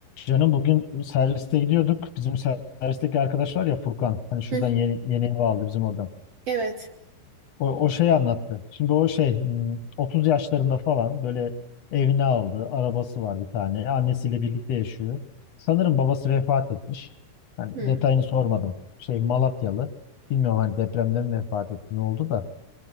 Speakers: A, on the left; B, on the right.
A: Canım bugün serviste gidiyorduk. Bizim servisteki arkadaş var ya Furkan. Hani şuradan
B: Hı,
A: yeni, yeni ev aldı bizim oradan.
B: evet.
A: O, o şeyi anlattı. Şimdi o şey hmm, 30 yaşlarında falan böyle evini aldı. Arabası var bir tane. Annesiyle birlikte yaşıyor. Sanırım babası vefat etmiş. Hani
B: Hı,
A: detayını sormadım. Şey Malatyalı. Bilmiyorum hani depremden mi vefat etti ne oldu da.